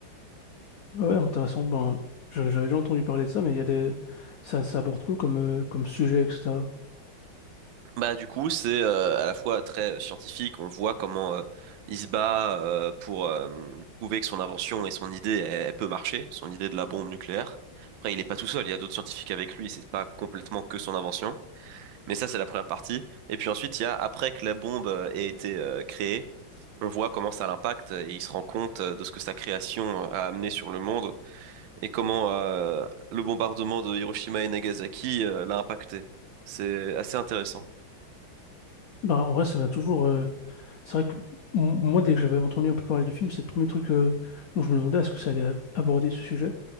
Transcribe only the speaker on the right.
Bah du coup c'est euh, à la fois très scientifique, on voit comment euh, il se bat euh, pour euh, prouver que son invention et son idée elle, elle peut marcher, son idée de la bombe nucléaire. Après il est pas tout seul, il y a d'autres scientifiques avec lui, c'est pas complètement que son invention, mais ça c'est la première partie. Et puis ensuite il y a après que la bombe euh, ait été euh, créée, on voit comment ça l'impacte et il se rend compte euh, de ce que sa création euh, a amené sur le monde et comment euh, le bombardement de Hiroshima et Nagasaki euh, l'a impacté. C'est assez intéressant.